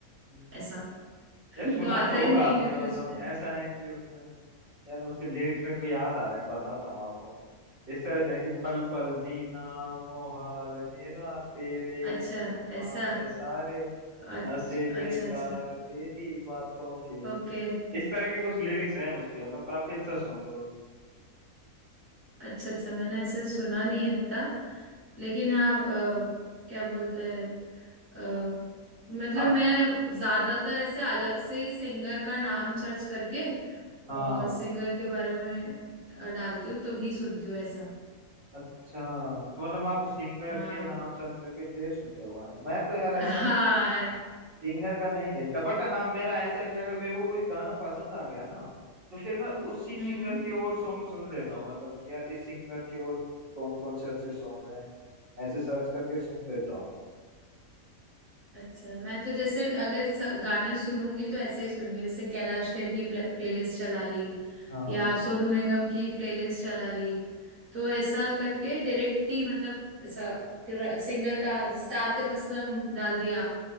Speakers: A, on the right; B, on the right.
A: हम्म,
B: ऐसा <laughs>
A: ये सुना
B: तो आता
A: तो
B: ही
A: होगा
B: नहीं
A: आपने
B: है क्योंकि
A: मतलब
B: उस पे
A: ऐसा है कि उसमें यार उसके लिरिक्स मेरे को याद आ रहे हैं बताता हूँ आपको इस तरह से है कि पल पल जीना मोहाल मेरा तेरे
B: अच्छा
A: सिवाय
B: ऐसा
A: सारे
B: अच्छा
A: नशे बेकार
B: अच्छा अच्छा
A: तेरी बातों के
B: ओके
A: लिए। इस तरह के कुछ लिरिक्स हैं उसके मतलब काफी अच्छा सॉन्ग है वो भी
B: अच्छा अच्छा मैंने ऐसा सुना नहीं है इतना लेकिन हाँ अ, क्या बोलते हैं अ, मतलब
A: आप
B: मैं ज्यादातर ऐसे अलग से ही सिंगर का नाम सर्च करके
A: हाँ
B: और सिंगर के बारे में अ, डालती हूँ तो भी सुनती हूँ ऐसा
A: अच्छा तो मतलब आप सिंगर
B: हाँ
A: के नाम सर्च करके फिर सुनते हो गाने मैं तो यार ऐसा
B: हाँ हम्म
A: सिंगर का नहीं देखता बट हाँ मेरा ऐसा है कि अगर मेरे को कोई गाना पसंद आ गया ना तो फिर मैं उसी सिंगर
B: हम्म
A: के और सॉन्ग सुन लेता हूँ मतलब कि यार इस सिंगर के और कौन कौन से अच्छे सॉन्ग हैं ऐसे सर्च करके सुन लेता हूँ
B: अच्छा मैं तो जैसे अगर स- गाने सुनूंगी तो ऐसे ही सुनूंगी जैसे कैलाश खेर की प्ले, प्लेलिस्ट चला ली
A: हाँ
B: या सोनू निगम की प्लेलिस्ट चला ली तो ऐसा करके डायरेक्ट ही मतलब ऐसा सिंगर का जैसे आतिफ असलम डाल दिया